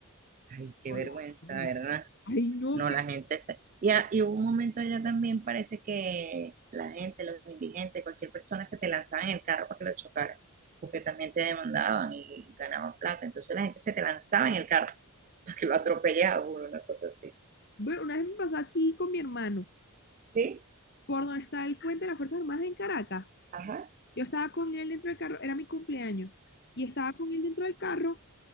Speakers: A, on the right; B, on the left.
A: Ay, qué
B: por
A: vergüenza,
B: las razones.
A: ¿verdad?
B: Ay, no,
A: No,
B: que...
A: la gente se... Y, a- y hubo un momento allá también parece que la gente, los indigentes, cualquier persona se te lanzaba en el carro para que lo chocara, porque también te demandaban y ganaban plata. Entonces la gente se te lanzaba en el carro para que lo atropellara una cosa así.
B: Bueno, una vez me pasó aquí con mi hermano,
A: Sí,
B: por donde está el puente de las Fuerzas Armadas en Caracas.
A: ajá.
B: Yo estaba con él dentro del carro, era mi cumpleaños, y estaba con él dentro del carro